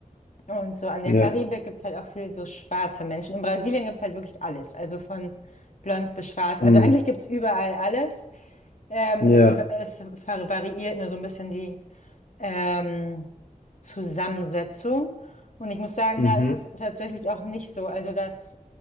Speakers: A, on the left; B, on the left.
A: Und so an der
B: Ja.
A: Karibik gibt es halt auch viel so schwarze Menschen. In Brasilien gibt es halt wirklich alles. Also von blond bis schwarz.
B: Mhm.
A: Also eigentlich gibt es überall alles. Ähm,
B: Ja.
A: es, w- es var- variiert nur so ein bisschen die ähm, Zusammensetzung. Und ich muss sagen,
B: Mhm.
A: da ist es tatsächlich auch nicht so. Also, dass,